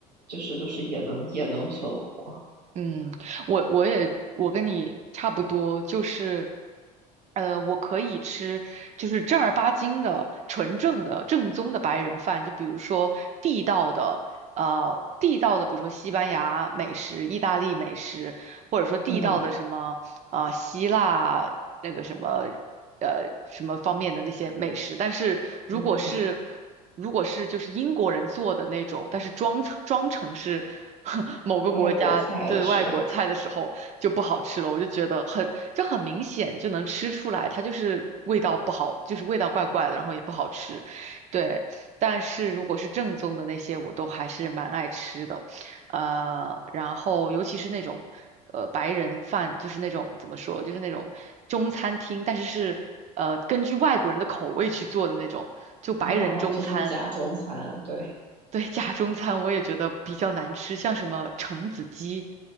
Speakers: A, on the right; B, on the right.
A: 就是就是也能也能存活。
B: 嗯。嗯，我我也我跟你差不多，就是，呃，我可以吃就是正儿八经的、纯正的、正宗的白人饭，就比如说地道的，呃，地道的，比如说西班牙美食、意大利美食，或者说地道的什么，
A: 嗯
B: 呃，希腊那个什么。呃什么方面的那些美食，但是如果是
A: 嗯嗯，
B: 如果是就是英国人做的那种，但是装成装成是 <laughs> 某个国家的外国菜的时候就不好吃了，
A: 外国菜的是吧？
B: 我就觉得很就很明显就能吃出来，它就是味道不好，就是味道怪怪的，然后也不好吃，对。但是如果是正宗的那些，我都还是蛮爱吃的。呃，然后尤其是那种呃白人饭，就是那种怎么说，就是那种中餐厅，但是是呃根据外国人的口味去做的那种，就白人中餐，
A: 哦哦，这是假中餐，对，
B: 对，假中餐我也觉得比较难吃，像什么橙子鸡。